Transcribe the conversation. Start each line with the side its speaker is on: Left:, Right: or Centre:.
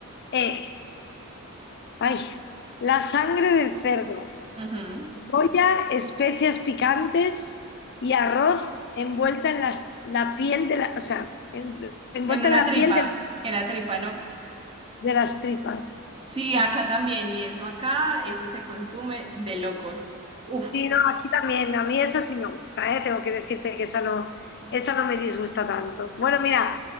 Left: es, ay, la sangre del cerdo,
Right: ujú.
Left: cebolla, especias picantes y arroz envuelta en las- la piel de la, o sea, en- envuelta
Right: En una
Left: en la
Right: tripa,
Left: piel de,
Right: en la tripa, ¿no?
Left: de las tripas.
Right: Sí, acá también, y eso acá, eso se consume de locos. Uf,
Left: Sí, no, aquí también. A mí esa sí me gusta, ¿eh? Tengo que decirte que esa no, esa no me disgusta tanto. Bueno, mira,